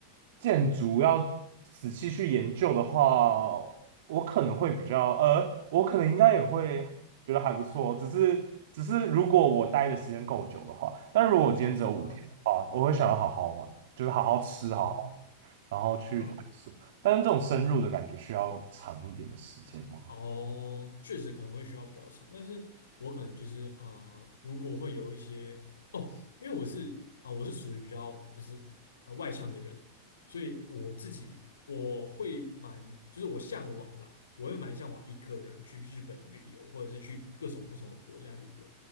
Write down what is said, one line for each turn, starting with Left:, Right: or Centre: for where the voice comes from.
Right: 建筑要仔细去研究的话，我可能会比较，呃，我可能应该也会觉得还不错，只是只是如果我待的时间够久的话，但如果我今天只有五天的话，
Left: 嗯
Right: 我会想要好好玩，就是好好吃，
Left: 啊，
Right: 好好，然后去探索，
Left: 嗯
Right: 但是这种深入的感觉需要长一点的时间吗？
Left: 哦，确实可能会需要比较长，但是我可能就是啊、呃如果会有一些哦，因为我是啊、我是属于比较就是啊、呃外向的人，所以我自己我会蛮就是我向往啦，我会蛮向往一个人去日本旅游，或者是去各种不同的国家旅游，